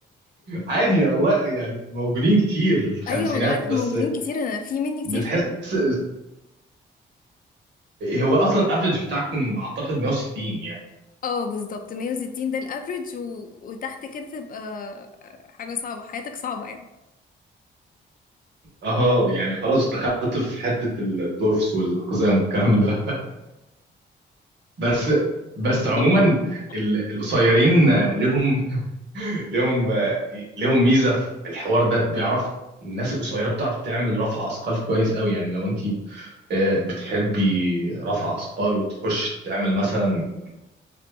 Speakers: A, on the right; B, on the left.
A: عادي يا والله يعني موجودين كتير الخمسينات
B: ايوه ما انا عارف
A: بس
B: موجودين كتير انا في مني كتير
A: بتحس
B: فعلا
A: هو اصلا افريج بتاعكم اعتقد 160 يعني
B: اه بالظبط 160 ده الافريج و... وتحت كده تبقى حاجة صعبة حياتك صعبة يعني
A: اه يعني خلاص دخلت في حته الدورفس والاقزام والكلام ده بس بس عموما
B: <laughs>
A: ال- القصيرين لهم لهم لهم ميزه في الحوار ده بيعرف الناس القصيره بتعرف تعمل رفع اثقال كويس قوي يعني لو انت آه، بتحبي رفع اثقال وتخش تعمل مثلا